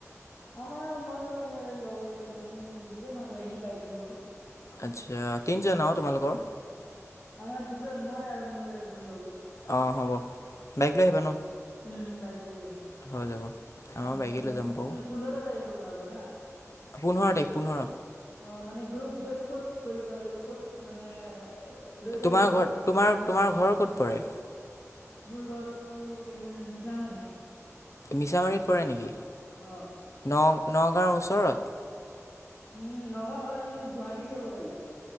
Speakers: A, on the left; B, on the left.
A: আমাৰ মই গ'লে, মোৰ লগৰ এজন, দুজন হ'ব সি বাইক নিব।
B: আচ্ছা, তিনিজন আও তোমালোকৰ।
A: আমাৰ দুজন, মই আৰু মোৰ এজন লগৰ।
B: অঁ হ'ব, বাইক লৈ আহিবা ন'?
A: উম বাইক লৈ যাম।
B: হৈ যাব আমাৰ
A: মানে
B: বাইকে লৈ যাম বাৰু
A: কিমান পোন্ধৰ তাৰিখে ওলাবা না?
B: পোন্ধৰ তাৰিখ, পোন্ধৰ।
A: অ', মানে গ্ৰুপ জইন ক'ত কৰিব লাগিব, ক'ত মানে পোন্ধৰ তাৰিখে
B: তোমাৰ
A: ক'ত
B: ঘৰ, তোমাৰ তোমাৰ ঘৰ ক'ত পৰে?
A: মোৰ ঘৰতো <unintelligible> মিছামাৰী।
B: মিছামাৰীত পৰে নেকি?
A: অ
B: ন-নগাঁৱৰ ওচৰত?
A: উম, নগাওঁ হ'লে মই গুৱাহাটী যাব লাগিব।